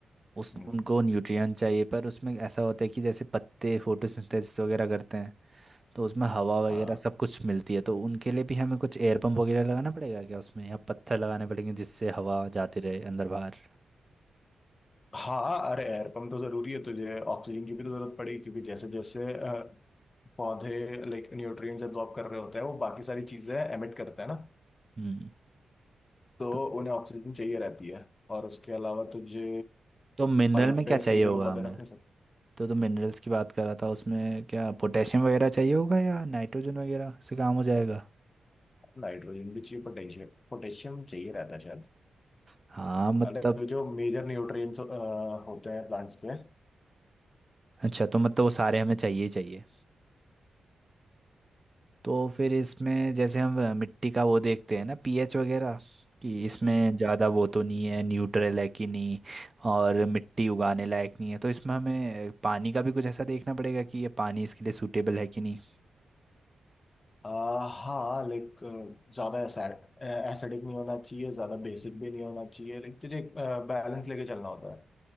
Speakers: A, on the right; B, on the left.
A: उस
B: हम्म
A: उनको न्यूट्रिएंट चाहिए पर उसमें ऐसा होता है कि जैसे पत्ते फोटोसिंथेसिस वगैरह करते हैं तो उसमें हवा वगैरह
B: हाँ
A: सब कुछ मिलती है तो उनके लिए भी हमें कुछ एयर पंप वगैरह लगाना पड़ेगा क्या उसमें या पत्थर लगाने पड़ेंगे जिससे हवा जाती रहे अंदर बाहर
B: हाँ अरे एयर पंप तो जरूरी है तुझे ऑक्सीजन की भी तो जरूरत पड़ेगी क्योंकि जैसे जैसे अ, पौधे लाइक न्यूट्रिएंट्स एब्जॉर्ब कर रहे होते हैं वो बाकी सारी चीजें एमिट करते हैं ना
A: हम्म
B: तो
A: तो,
B: उन्हें ऑक्सीजन चाहिए रहती है और उसके अलावा तुझे
A: तो मिनरल
B: पाइप
A: में क्या
B: पे
A: चाहिए
B: सीधे
A: होगा
B: तो पौधे
A: हमें
B: रख नहीं सकता
A: तो तो मिनरल्स की बात कर रहा था उसमें क्या पोटेशियम वगैरह चाहिए होगा या नाइट्रोजन वगैरह से काम हो जाएगा
B: नाइट्रोजन भी चाहिए पोटेशियम पोटेशियम चाहिए रहता है शायद
A: हाँ मतलब
B: अलग जो मेजर न्यूट्रिएंट्स होते हैं प्लांट्स के
A: अच्छा तो मतलब वो सारे हमें चाहिए ही चाहिए तो फिर इसमें जैसे हम अ, मिट्टी का वो देखते हैं ना पीएच वगैरह कि इसमें ज़्यादा वो तो नहीं है न्यूट्रल है कि नहीं और मिट्टी उगाने लायक नहीं है तो इसमें हमें अ, पानी का भी कुछ ऐसा देखना पड़ेगा कि ये पानी इसके लिए सूटेबल है कि नहीं
B: आ, हाँ लाइक ज्यादा एसिडिक नहीं होना चाहिए ज्यादा बेसिक भी नहीं होना चाहिए लाइक तुझे एक बैलेंस लेके चलना होता है